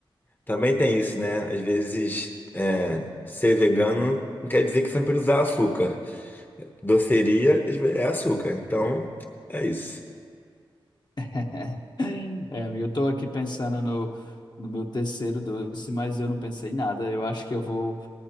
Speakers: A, on the left; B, on the left.
A: Também tem isso, né? Às vezes, é, ser vegano não quer dizer que sempre usar açúcar. Doceria às ve- é açúcar, então é isso.
B: <laughs> É, amigo, eu tô aqui pensando no, no meu terceiro doce, mas eu não pensei em nada. Eu acho que eu vou